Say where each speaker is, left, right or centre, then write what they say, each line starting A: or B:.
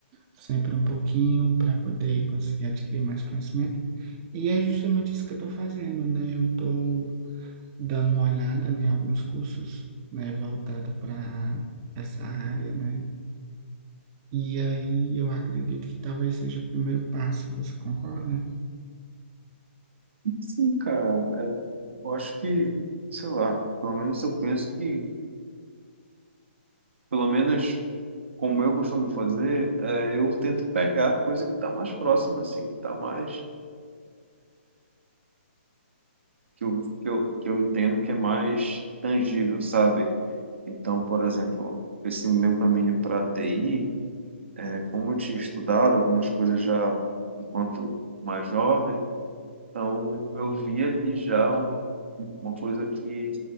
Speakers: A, on the right; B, on the right.
A: sempre um pouquinho para poder conseguir adquirir mais conhecimento. E é justamente isso que eu estou fazendo, né? Eu estou dando uma olhada em alguns cursos, né, voltado para essa área, né? E aí eu acredito que talvez seja o primeiro passo, você concorda?
B: Sim, cara, é, eu acho que, sei lá, pelo menos eu penso que, pelo menos como eu costumo fazer, é, eu tento pegar a coisa que está mais próxima, assim, que está mais que eu, que eu, que eu entendo que é mais tangível, sabe? Então, por exemplo, esse meu caminho para TI, né, como eu tinha estudado algumas coisas já enquanto mais jovem, então eu vi ali já um, uma coisa que